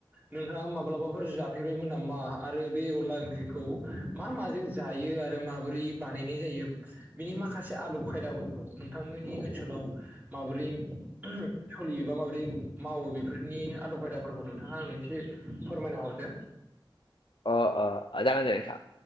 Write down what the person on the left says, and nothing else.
अ अ जागोन दे नोंथां